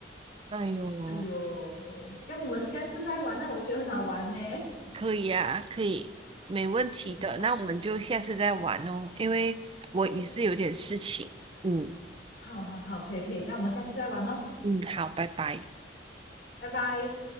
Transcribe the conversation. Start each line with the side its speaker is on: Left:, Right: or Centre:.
Right: 哎呦，
Left: 哎呦，这样我们下次再玩那我觉得很好玩呢。
Right: 可以啊，可以，没问题的。
Left: OK
Right: 那我们就下次再玩哦，因为我也是有点事情。
Left: OK，
Right: 嗯
Left: 好好好，可以可以，这样我们下次再玩哦，
Right: 嗯，好，拜拜。
Left: 拜拜。